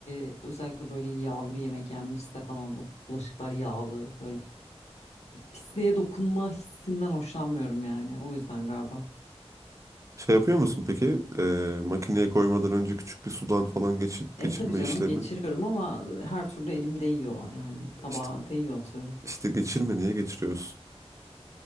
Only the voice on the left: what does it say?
e, özellikle böyle yağlı bir yemek yenmişse falan o bulaşıklar yağlı böyle Pisliğe dokunma hissinden hoşlanmıyorum yani. O yüzden galiba.
E tabii canım
geçiriyorum ama her türlü elim değiyor yani tabağa
değiyor atıyorum.